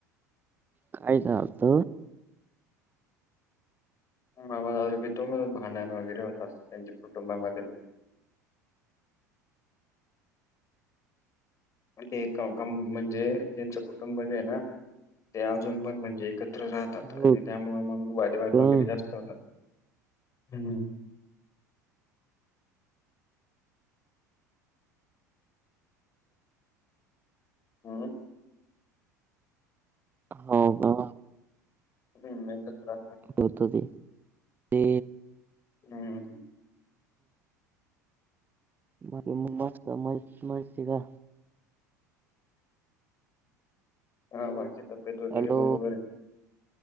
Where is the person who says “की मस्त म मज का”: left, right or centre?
Right